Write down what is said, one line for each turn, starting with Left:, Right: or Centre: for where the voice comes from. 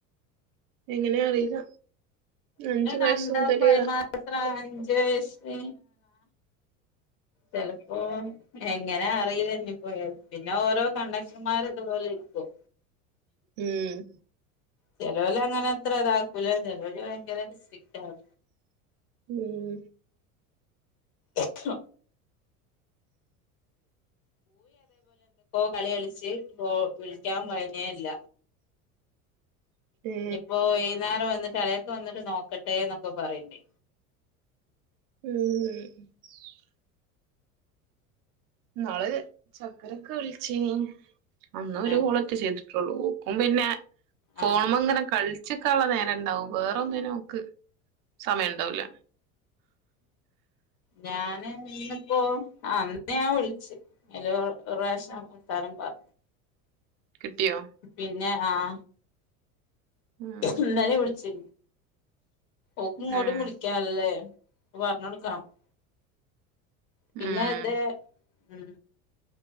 Right: എങ്ങനെയ അറിയില്ല അഞ്ചു
Left: ഓലെ കണ്ട
Right: വയസ്സ് മുതല്
Left: പോയി മാത്രം അഞ്ചു വയസ് ചിലപ്പോ എങ്ങനാ തന്നെ പോയ പിന്നെ ഓരോ കണ്ടക്ടർമാർ ഇതുപോലെ ഇരിക്കും
Right: ഉം
Left: ചില വര് അങ്ങനെ അത്ര ഇത് ആകുല ചിലവര് ഭയങ്കര സ്ട്രിക്റ്റ് ആും
Right: ഉം
Left: ആഹ കളികളിച്ച് വിളിക്കാൻ കഴിഞ്ഞേ ഇല്ല
Right: ഏ
Left: ഇനിപ്പോ വൈകുന്നേരം വന്നിട്ട് <inaudible> വന്നിട്ട് നോക്കട്ടെ എന്നൊക്കെ പറയണ്ടേ
Right: ഉം ഉ നാള്െ ചക്കരൊക്കെ വിളിച്ചേനി അന്ന് ഒരു
Left: ഏ
Right: കോളൊക്കെചെയ്തിട്ടത്. ക്കും പിന്നെ ഫോണ്
Left: ആ
Right: അങ്ങനെ കള ചിക്കാൻ നേരം ഉണ്ടാവും വേറൊന്നും നോക്ക് സമയം ഉണ്ടാവൂല
Left: ഞാന് ഇന്നപ്പോ ആ പിന്നെ ഞാൻ വിളിച്ചു ഒരു പ്രവിശ്യമ്മ് വർത്താനം പറഞ്ഞു
Right: കിട്ടിയോ
Left: പിന്നെ ആഹ
Right: ഉം
Left: ഇന്നലെ വിളിച്ചു ഓക്കും ഇങ്ങോട്ടും
Right: ഉം
Left: വിളിച്ചാരുന നല്ലെ ഓ പറഞ്ഞോടുക്കണമ് <inaudible> പിന്നെ
Right: ഉം
Left: ഇത ഉ